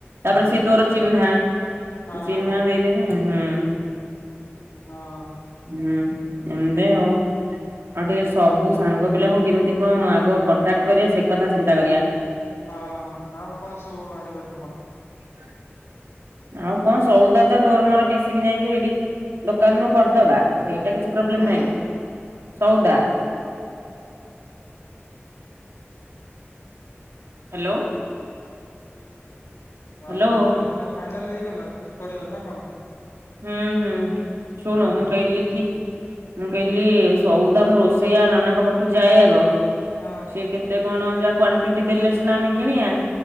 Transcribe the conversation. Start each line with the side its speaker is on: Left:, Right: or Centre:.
Right: ତାପରେ
Left: ଆଉ
Right: ସେ
Left: ତାହେଲେ
Right: ତୋର ଚିହ୍ନା।
Left: ହଁ
Right: ଚିହ୍ନା ବି <unintelligible> ହୁଁ।
Left: ହଁ।
Right: ହୁଁ ଏମ ଦେ ଆଉ। ହଁ ଟିକେ ସବୁ ସାଙ୍ଗ ପିଲାଙ୍କୁ କେମିତି କଣ ଆଗ କଣ୍ଟାକ୍ଟ କରିବା ସେ କଥା ଚିନ୍ତା କରିବା।
Left: ହଁ ଆଉ କଣ ସବୁ ଆଣିବା କହ।
Right: <unintelligible> ଆଉ କଣ ସଉଦା ତ ତୋର ମୋର ମିଶିକି ଯାଇଁକି ହେଡି ଦୋକାନରୁ କରିଦବା। ସେଇଟା କିଛି ପ୍ରୋବ୍ଲେମ
Left: ହଁ
Right: ନାହିଁ ସଉଦା ହ୍ୟାଲୋ।
Left: ଆଉ
Right: ହ୍ୟାଲୋ
Left: ତାହେଲେ ଫାଇନାଲ ହେଇଗଲା ଫିଷ୍ଟ୍ କରିବା ନା କଣ?
Right: ହୁଁ ହୁଁ ଶୁଣ
Left: ହଁ ହଁ
Right: ମୁଁ କହିଲି କି ମୁଁ କହିଲି ସଉଦା ମୁଁ ରୋଷେଇଆ ନନାଙ୍କ ପାଖକୁ ଯାଏ ଆଗ
Left: ହଁ।
Right: ସେ କେତେ କଣ ଯାହା କ୍ଵାଣ୍ଟଟି ଦେଲେ ସିନା ଆମେ କିଣିଆ